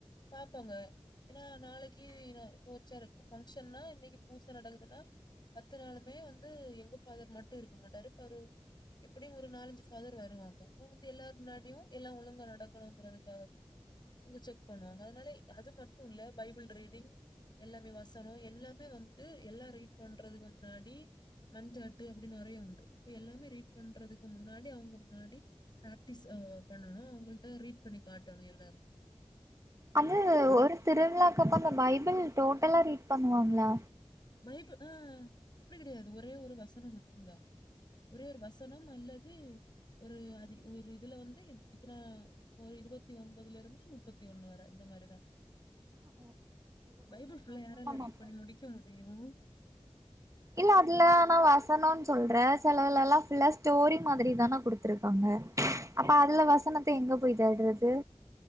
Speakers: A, on the left (about 45°); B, on the right (about 30°).
A: பாப்போங்க ஏன்னா நாளைக்கு இப்போ ஒருச்சா இரு ஃபங்க்ஷன்ன்னா இன்னைக்கு பூச நடக்குதுன்னா பத்து நாளுமே வந்து எங்க ஃபாதர் மட்டும் இருக்க மாட்டாரு பாரு எப்படியும் ஒரு நாலஞ்சு ஃபாதர் வருவாங்க அவங்க வந்து எல்லா முன்னாடியும் எல்லாம் ஒழுங்கா நடக்கணுங்கிறதுக்காகவே உங்க செக் பண்ணுவாங்க அதனால அது மட்டும் இல்ல பைபிள் ரீடிங் எல்லாமே வச னம் எல்லாமே வந்து எல்லா ரீட் பண்றது முன்னாடி மஞ்சாட்டு அப்டின் நெறைய உண்டு இப்ப எல்லாமே ரீட் பண்றதுக்கு முன்னாடி அவங்க முன்னாடி ப்ராக்டிஸ் பண்ணணும் அவங்கள்ட்ட ரீட் பண்ணி காட்டணும் எல்லார்
B: அது ஒரு திருவிழாக்கு அப்ப அந்த பைபிள் டோட்டலா ரீட் பண்ணுவாங்ளா
A: பைபிள் அ அப்டி கிடையாது ஒரே ஒரு வசனம் மட்டும் தா ஒரே ஒரு வசனம் அல்லது ஒரு அ ஒரு இதுல வந்து இத்தனா ஒரு இருபத்தி ஒன்பதுல இருந்து முப்பத்தி ஒண்ணு வர இந்த மாரிதா
B: ஆ
A: பைபிள் ஃபுல்ல யாரால ரீட்
B: அப்போ
A: பண்ணி முடிக்க முடியு
B: இல்ல அதுல நா வசனுன் சொல்றே செல இதுலல்லா ஃபுல்லா ஸ்டோரி மாதிரி தான கொடுத்துருக்காங்க அப்ப அதுல வசனத்த எங்க போய் தேடுறது